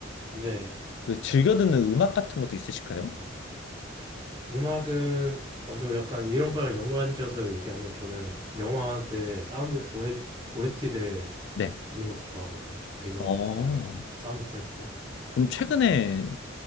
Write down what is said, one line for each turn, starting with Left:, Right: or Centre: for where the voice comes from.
Right: 네.
Left: 그 즐겨 듣는 음악 같은 것도 있으실까요?
Right: 음악은, 어, 저 약간 이런 거랑 연관지어서 얘기하면 저는 영화들, 사운드, OST들
Left: 네.
Right: 듣는 것도 좋아하거든요. 배경,
Left: 어,
Right: 뭐, 사운드 트랙들.
Left: 그럼 최근에